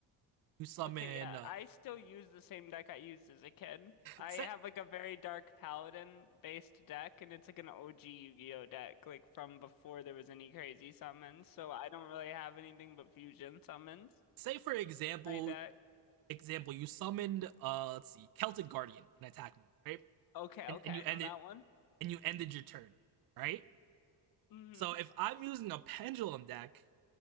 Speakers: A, on the right; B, on the left.
A: you summon
B: Okay, yeah,
A: uh
B: I still use the same deck I used as a kid. I
A: say
B: have like a very dark paladin based deck, and it's like an OG Yu-Gi-Oh deck, like from before there was any crazy summons. So I don't really have anything but fusion summons
A: say for example
B: in my deck.
A: example you summoned uh let's see Celtic Guardian in attack mode, right?
B: Okay,
A: And
B: okay,
A: and
B: I
A: you ended
B: know that one.
A: and you ended your turn, right?
B: hmm
A: So if I'm using a pendulum deck